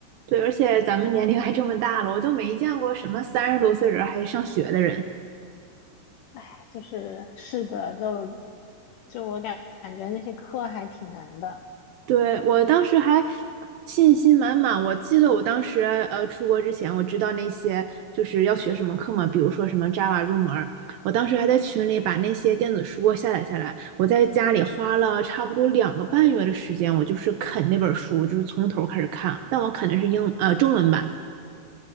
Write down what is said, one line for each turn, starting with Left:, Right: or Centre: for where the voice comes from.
Right: 对，而且咱们年龄还这么大了，我都没见过什么三十多岁人还上学的人。
Left: 哎就是是的，就就我感感觉那些课还挺难的。
Right: 对，我当时还信心满满。我记得我当时呃出国之前，我知道那些就是要学什么课嘛，比如说什么 Java 入门儿，我当时还在群里把那些电子书下载下来。我在家里花了差不多两个半月的时间，我就是啃那本书，就是从头开始看。但我啃的是英呃中文版，